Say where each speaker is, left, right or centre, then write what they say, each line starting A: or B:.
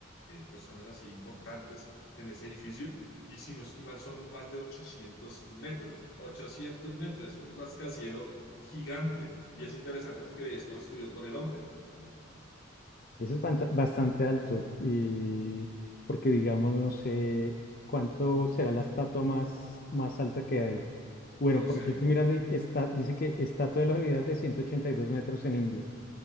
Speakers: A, on the left; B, on the left.
A: personas así importantes en ese edificio y si no estoy mal son más de 800 metros. ochocientos metros, es un rascacielo gigante y es interesante porque es construido por el hombre.
B: Ese es bant- bastante alto, y porque digamos, no sé cuánto será la estatua más, más alta que hay. Bueno,
A: No
B: porque
A: sé,
B: estoy mirando y está, dice que estatua de la unidad de 182 metros en India.